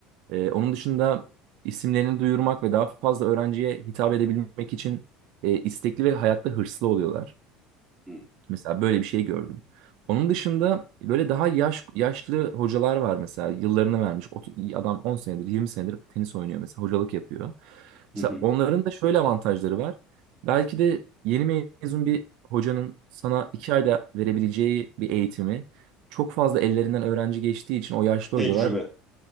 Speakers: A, on the right; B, in the centre.
A: Ee, onun dışında isimlerini duyurmak ve daha fazla öğrenciye hitap edebilmek için e, istekli ve hayatta hırslı oluyorlar.
B: Hı,
A: Mesela böyle bir şey gördüm. Onun dışında böyle daha yaş yaşlı hocalar var mesela yıllarını vermiş. Otu- Adam 10 senedir 20 senedir tenis oynuyor mesela hocalık yapıyor.
B: hı,
A: Mesela
B: hı.
A: onların da şöyle avantajları var. Belki de yeni mezun bir hocanın sana 2 ayda verebileceği bir eğitimi çok fazla ellerinden öğrenci geçtiği için o yaşlı
B: Tecrübe.
A: hocalar